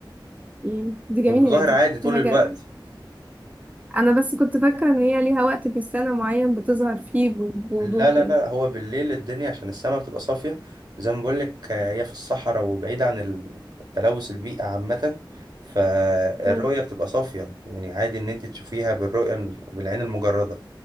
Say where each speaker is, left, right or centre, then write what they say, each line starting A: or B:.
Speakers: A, on the right; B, on the right.
A: مم. دي جميلة
B: وبيبقى ظاهر
A: دي
B: عادي طول
A: دي حاجة
B: الوقت
A: أنا بس كنت فاكرة إن هي ليها وقت في السنة معين بتظهر فيه ب- بوضوح
B: لا لا
A: يعني
B: لا هو بالليل الدنيا عشان السماء بتبقى صافية زي ما بقولك آه، هي في الصحراء وبعيد عن ال- التلوث البيئة عامة فالرؤية
A: مم.
B: بتبقى صافية يعني عادي إن أنت تشوفيها بالرؤية ال- بالعين المجردة